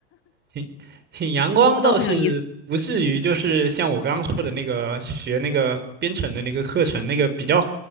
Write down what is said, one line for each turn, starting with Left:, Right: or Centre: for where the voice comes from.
Right: 挺挺阳光倒是不至于，
Left: 不过都很有意思。
Right: 就是像我刚刚说的那个学那个编程的那个课程，那个比较